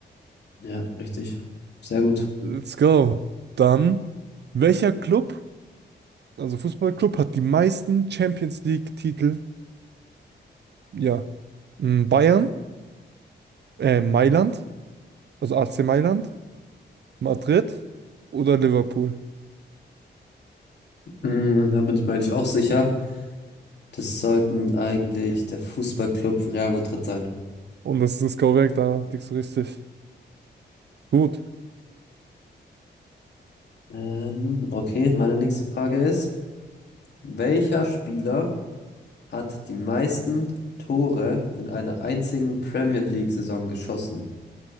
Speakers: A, on the left (about 65°); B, on the right (about 65°).
A: Ja, richtig. Sehr gut.
B: Let's go. Dann, welcher Club, also Fußballclub, hat die meisten Champions League-Titel? Ja. Mm, Bayern, äh, Mailand, also AC Mailand, Madrid oder Liverpool?
A: Hm, Da bin ich mir eigentlich auch sicher. Das sollten eigentlich der Fußballclub Real Madrid sein.
B: Und das ist korrekt, da liegst du richtig. Gut.
A: Ähm, okay, meine nächste Frage ist, welcher Spieler hat die meisten Tore in einer einzigen Premier League-Saison geschossen?